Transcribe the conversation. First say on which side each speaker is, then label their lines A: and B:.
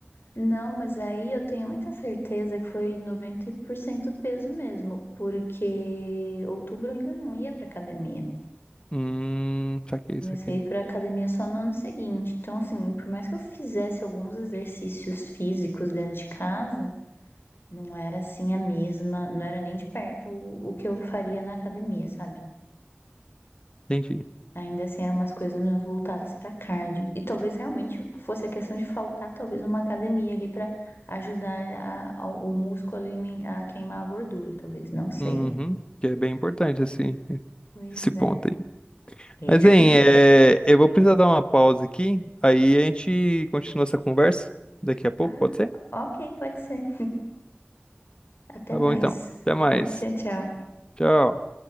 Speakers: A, on the left; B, on the left.
A: Não, mas aí eu tenho muita certeza que foi 90% peso mesmo, porque outubro eu ainda não ia pra academia.
B: Hum, saquei,
A: Comecei
B: saquei.
A: a ir pra academia só no ano seguinte. Então, assim, por mais que eu fizesse alguns exercícios físicos dentro de casa, não era assim a mesma, não era nem de perto o, o que eu faria na academia, sabe?
B: Entendi.
A: Ainda assim, eram umas coisas meio voltadas pra cardio. E talvez realmente fosse a questão de faltar, talvez, uma academia ali pra ajudar a- ao- o músculo ali men- a queimar a gordura, talvez. Não sei.
B: Uhum, que é bem importante assim,
A: Pois
B: esse ponto
A: é.
B: aí.
A: É.
B: Mas, hein, é, eu vou precisar dar uma pausa aqui, aí a gente continua essa conversa daqui a pouco,
A: Ah,
B: pode ser?
A: ok, pode ser. Até
B: Tá
A: mais.
B: bom, então. Até mais.
A: Tchau, tchau.
B: Tchau.